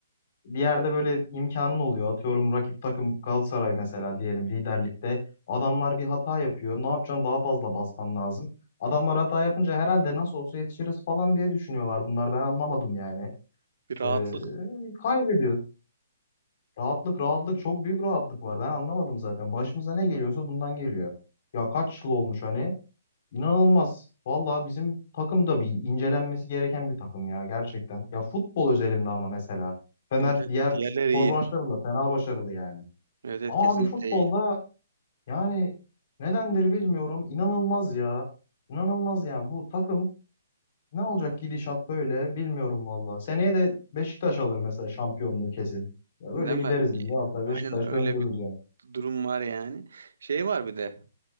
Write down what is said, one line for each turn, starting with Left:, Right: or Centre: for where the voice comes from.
Left: bir yerde böyle imkanın oluyor. Atıyorum rakip takım Galatasaray mesela diyelim liderlikte. Adamlar bir hata yapıyor. Ne yapacaksın? Daha fazla basman lazım. Adamlar hata yapınca herhalde nasıl olsa yetişiriz falan diye düşünüyorlar bunlar. Ben anlamadım yani.
Right: Bir rahatlık.
Left: Ee, kaybediyoruz. Rahatlık rahatlık çok büyük rahatlık var. Ben anlamadım zaten. Başımıza ne geliyorsa bundan geliyor. Ya kaç yıl olmuş hani? İnanılmaz. Valla bizim takım da bir incelenmesi gereken bir takım ya gerçekten. Ya futbol özelinde ama mesela. Fener
Right: Evet, evet
Left: diğer
Right: diğerleri
Left: spor
Right: iyi.
Left: branşlarında fena başarılı yani.
Right: Evet, evet
Left: Ama
Right: kesinlikle
Left: abi futbolda
Right: iyi.
Left: yani nedendir bilmiyorum. İnanılmaz ya. İnanılmaz yani bu takım ne olacak gidişat böyle bilmiyorum valla. Seneye de Beşiktaş alır mesela şampiyonluğu kesin. Ya böyle
Right: Değil
Left: gideriz
Right: mi? Bir-
Left: biz. Hatta
Right: aynen
Left: Beşiktaş
Right: öyle
Left: döndürürüz
Right: bir
Left: yani.
Right: durum var yani. Şey var bir de.